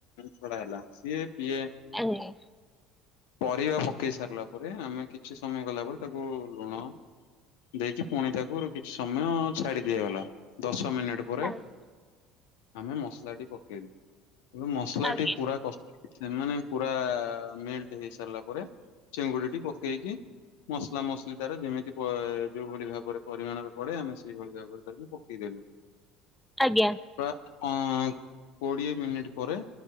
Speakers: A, on the left; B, in the centre.
A: ଛଡା ହେଲା ସିଏ ପିଏ
B: ଆଜ୍ଞା।
A: ପରିବା ପକେଇ ସାରିଲା ପରେ ଆମେ କିଛି ସମୟ ଗଲା ପରେ ତାକୁ ଲୁଣ ଦେଇକି ପୁଣି ତାକୁ କିଛି ସମୟ ଛାଡି ଦିଆଗଲା ଦଶ ମିନିଟ ପରେ
B: ଆଜ୍ଞା।
A: ଆମେ ମସଲା ଟି ପକେଇଲୁ ତେଣୁ ମସଲାଟି
B: ଆଜ୍ଞା
A: ପୁରା କଷ୍ଟ ସେମାନେ ପୁରା ମେଲଟ ହେଇ ସାରିଲା ପରେ ଚିଙ୍ଗୁଡି ଟି ପକେଇକି ମସଲା ମସଲି ତାର ଯେମିତି ଯୋଉଭଳି ଭାବରେ ପରିମାଣରେ ପଡେ ଆମେ ସେଇଭଳି ଭାବରେ ତାକୁ ପକେଇଦେଲୁ
B: ଆଜ୍ଞା।
A: ପ୍ରାୟ ହଁ କୋଡ଼ିଏ ମିନିଟ ପରେ